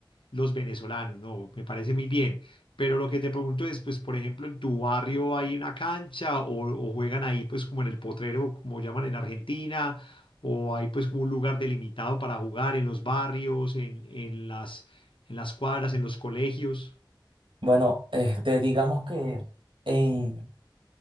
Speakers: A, on the left; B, on the right.
A: los venezolanos, ¿no? Me parece muy bien. Pero lo que te pregunto es, pues, por ejemplo, ¿en tu barrio hay una cancha o, o juegan ahí pues como en el potrero, como llaman en Argentina, o hay pues como un lugar delimitado para jugar en los barrios, en, en las, en las cuadras, en los colegios?
B: Bueno, este, digamos que en,